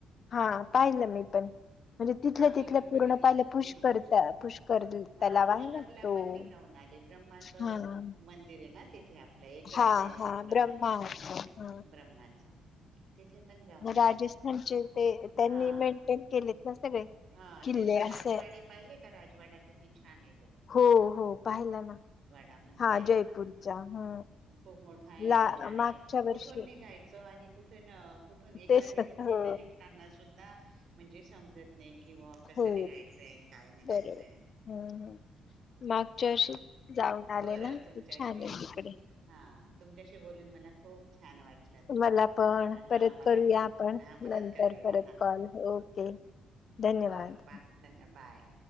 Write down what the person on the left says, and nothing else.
हा पाहिलं मी पण म्हणजे तिथल्या
तिथल्या
पूर्ण पाहिल्या
पुष्करता पुष्कर
तलाव
आहे ना तो
हा
हा
हा
ब्रह्मा
ह
राजस्थानचे
ते त्यांनी
मेंटेन केलेत ना सगळे
किल्ले
असे
हो हो पाहिला ना
हा जयपूरचा ह
ला
मागच्या
वर्षी
तेच
हो
हो
बरोबर हम्म हम्म मागच्या वर्षी जाऊन आले
ना खूप
छान आहे तिकडे
मला पण
परत
करूया
आपण
नंतर
परत कॉल ओके धन्यवाद
हो,